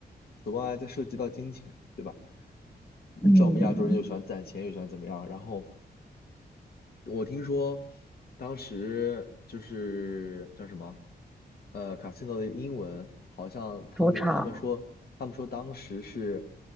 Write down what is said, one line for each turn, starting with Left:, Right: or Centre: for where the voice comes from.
Left: 此外再涉及到金钱，对吧？
Centre: 嗯
Left: 你知道我们亚洲人又喜欢攒钱，又喜欢怎么样，然后。我听说当时就是叫什么，呃，casino 的英文好像他们他们说他们说当时是
Centre: 主场，